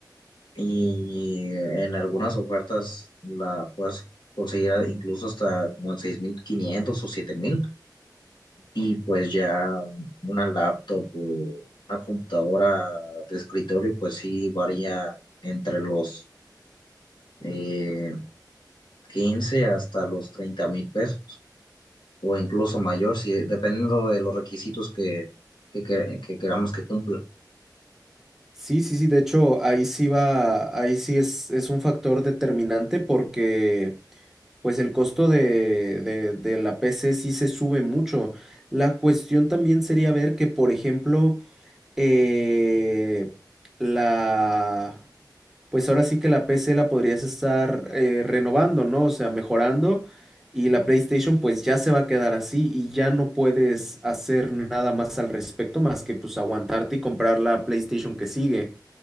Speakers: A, on the left (about 80°); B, in the centre.
A: Y en algunas ofertas la puedes conseguir incluso hasta como en 6.500 o siete mil Y pues ya una laptop o una computadora de escritorio, pues sí varía entre los eh, 15 hasta los treinta mil pesos o incluso mayor, si, dependiendo de los requisitos que, que, que- que queramos que cumpla.
B: Sí, sí, sí, de hecho, ahí sí va, ahí sí es, es un factor determinante porque pues el costo de, de de la PC sí se sube mucho. La cuestión también sería ver que, por ejemplo, eh, la, pues ahora sí que la PC la podrías estar eh, renovando, ¿no? O sea, mejorando. Y la PlayStation pues ya se va a quedar así y ya no puedes hacer nada más al respecto más que pues aguantarte y comprar la PlayStation que sigue.